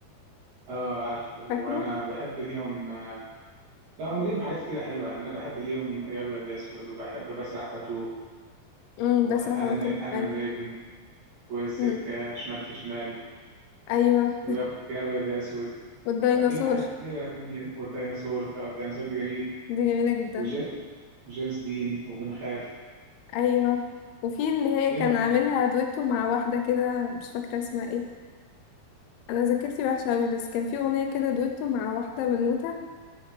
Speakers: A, on the right (about 70°); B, on the left (about 85°).
A: اه عارفه وانا
B: فاكره
A: بحب ليهم آه، لا هم ليهم حاجات كتيرة حلوة يعني انا بحب ليهم يا ابيض يا اسود وبحب بسرح واتوه
B: امم
A: وانا
B: بس حاولته
A: ن- انا
B: ايوه
A: نجم والسكة
B: امم
A: شمال في شمال
B: ايوه
A: ويا أب- يا ابيض يا اسود
B: والديناصور
A: لا ليهم حاجات كتيرة جميلة والديناصور اه الديناصور دي جميل
B: دي جميلة جدا
A: وجي- وجيمس دين وبنخاف
B: ايوه وفي اللي هي
A: ليهم
B: كان عاملها دويتو مع واحدة كده مش فاكرة اسمها ايه انا ذاكرتي وحشة اوي بس كان في اغنية كده دويتو مع واحدة بنوتة